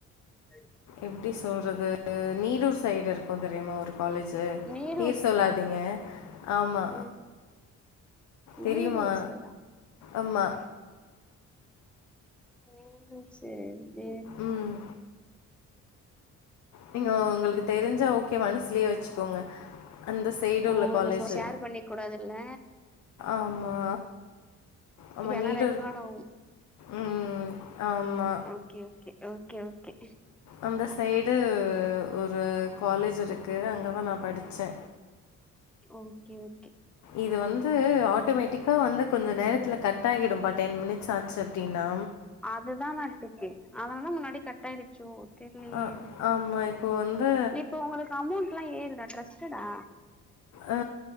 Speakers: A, in the centre; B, on the left.
A: <unintelligible>
B: எப்டி சொல்றது நீடுர் சைடு இருக்கு தெரியுமா ஒரு காலேஜு
A: நீடூர்
B: பேர்
A: சைடா
B: சொல்லாதீங்க ஆமா
A: ம் நீடூர்
B: தெரியுமா
A: சைடா
B: ஆமா
A: நீடுர்சே தே
B: ம் நீங்க உங்களுக்கு தெரிஞ்சா ஓகேவா மனசுலயே வச்சுக்கோங்க அந்த சைடு
A: ஓ
B: உள்ள காலேஜ்
A: நா சொ ஷேர் பண்ணிக்க கூடாதுல்ல
B: ஆமா ஆமா
A: ஏனா
B: நீடூர்
A: ரெக்கார்ட் ஆவு
B: ம் ஆமா
A: ஓகே ஓகே ஓகே ஓகே
B: அந்த சைடு ஒரு காலேஜ் இருக்கு அங்கேதா நா படிச்செ
A: ஓகே ஓ
B: இது வந்து ஆட்டோமேட்டிக் கா வந்து கொஞ்ச நேரதில கட்ட ஆகிடு பாட் டென் மினிட்ஸ் ஆச்சு அப்டின்னா
A: அதுதா நாட்டுகே அதனால முன்னாடி கட்டாய்ரிச்சோ தெரிலயே
B: ஆ ஆமா. இப்போ வந்து
A: இப்ப உங்களுக்கு அமௌண்ட்லா ஏறுதா ட்ரஸ் ஸ்டுடா
B: அ